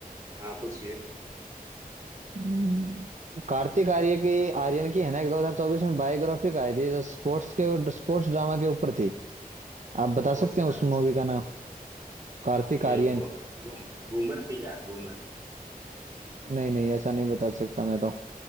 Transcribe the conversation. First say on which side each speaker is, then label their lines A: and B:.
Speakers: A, on the right; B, on the right.
A: हाँ पूछिए
B: हम्म, कार्तिक आर्य की आर्यन की है ना एक 2024 में बायोग्राफिक आई थी जो स्पोर्ट्स के स्पोर्ट्स ड्रामा के ऊपर थी आप बता
A: और
B: सकते
A: सुदामा
B: हैं उस मूवी का नाम कार्तिक
A: ये
B: आर्यन
A: गो, गुम घूमर थी क्या घूमर
B: नहीं नहीं ऐसा नहीं बता सकता मैं तो